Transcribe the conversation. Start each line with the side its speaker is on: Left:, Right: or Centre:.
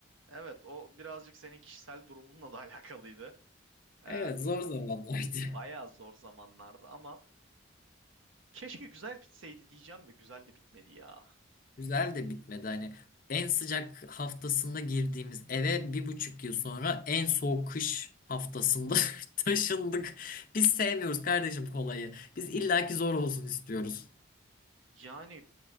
Right: Evet o birazcık senin kişisel durumunla da <laughs> alakalıydı. Ee,
Left: Evet zor zamanlardı.
Right: bayağı
Left: <laughs>
Right: zor zamanlardı ama keşke güzel bitseydi diyeceğim de güzel de bitmedi ya.
Left: Güzel de bitmedi. Hani en sıcak haftasında girdiğimiz eve bir buçuk yıl sonra en soğuk kış haftasında <laughs> taşındık. Biz sevmiyoruz kardeşim kolayı. Biz illaki zor olsun istiyoruz.
Right: Yani